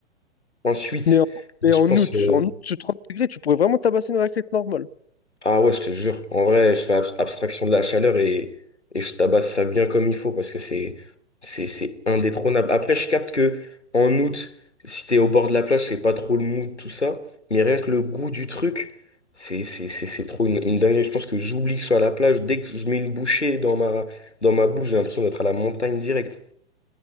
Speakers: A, on the left; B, on the left.
A: Ensuite,
B: Mais en, mais
A: je
B: en
A: pense.
B: août,
A: euh,
B: en août, sous 30 degrés, tu pourrais vraiment tabasser une raclette normale.
A: Ah ouais, je te jure. En vrai, je fais abs- abstraction de la chaleur et, et je tabasse ça bien comme il faut parce que c'est, c'est, c'est indétrônable. Après, je capte que en août, si t'es au bord de la plage, c'est pas trop le mood, tout ça. Mais rien que le goût du truc, c'est, c'est, c'est, c'est trop une, une dinguerie. Je pense que j'oublie que je suis à la plage. Dès que je mets une bouchée dans ma, dans ma bouche, j'ai l'impression d'être à la montagne directe.